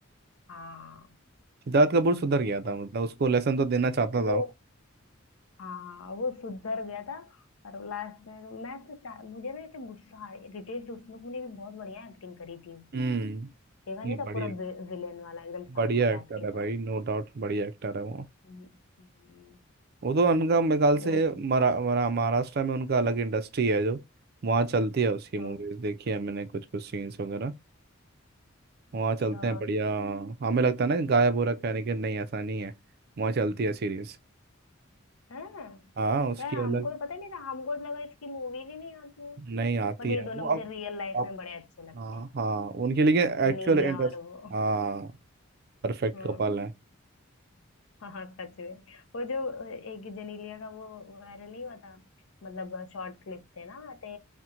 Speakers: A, on the left; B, on the right.
A: हाँ
B: सिद्धार्थ कपूर सुधर गया था
A: उ-
B: मतलब उसको लेसन तो देना चाहता
A: वो
B: था वो।
A: हाँ वो सुधर गया था और लास्ट में तो मैं तो चा- मुझे ना तो गुस्सा आ रही- रितेश देशमुख ने भी बहुत बढ़िया एक्टिंग करी थी उसने
B: हम्म
A: देखा नहीं
B: ये
A: था
B: बढ़िया
A: पूरा विलेन वाला एकदम
B: बढ़िया
A: साइकोपैथ
B: एक्टर
A: की
B: है भाई
A: तरह
B: नो डाउट बढ़िया एक्टर है वो
A: हम्म, हम्म,
B: वो तो उनका मेरे ख्याल से
A: ओ,
B: मरा, मरा, महाराष्ट्र में उनका अलग इंडस्ट्री है जो वहाँ चलती है उसकी मूवीज
A: हाँ,
B: देखी है मैंने कुछ कुछ सीन्स वगैरह
A: अच्छा
B: वहाँ चलते हैं बढ़िया हाँ, हमें लगता है ना कि गायब हो रखा है लेकिन नहीं ऐसा नहीं है वहाँ चलती है सीरीज
A: है हाँ।
B: हाँ उसकी
A: यार हमको
B: अलग
A: तो पता ही नहीं था हमको तो लगा इसकी मूवीज ही नहीं आती
B: नहीं आती
A: बट ये
B: है
A: दोनों
B: वो
A: मुझे
B: अब
A: रियल लाइफ
B: अब
A: में बड़े अच्छे लगते
B: हाँ
A: हैं
B: हाँ उनके लिए
A: जेनेलिया
B: एक्चुअल इंटरेस्ट
A: और वो
B: हाँ परफेक्ट
A: हम्म
B: कपल है
A: हाँ हाँ सच में वो जो एक जेनेलिया का वो वायरल नहीं हुआ था मतलब शॉर्ट क्लिप थे ना ते